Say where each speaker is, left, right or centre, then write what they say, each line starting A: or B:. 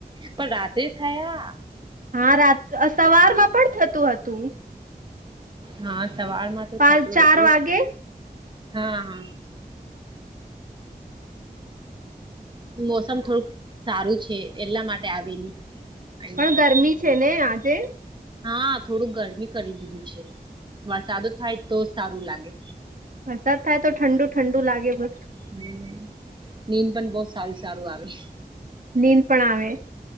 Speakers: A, on the right; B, on the right.
A: પણ રાતે થયા.
B: હા રાત સવારમાં પણ થતું હતું.
A: હા સવારમાં તો
B: પાંચ
A: થતું
B: ચાર
A: હતું
B: વાગે.
A: હા હા મોસમ થોડુંક સારું છે એટલા માટે આવેલી. અહિયાં
B: પણ ગરમી છે ને આજે?
A: હા થોડું ગરમી કરી દીધું છે. વરસાદો થાય તો સારું લાગે.
B: વરસાદ થાય તો ઠંડુ ઠંડુ લાગે બધ
A: હમ નીંદ પણ બહુ સારું સારું આવે.
B: નીંદ પણ આવે,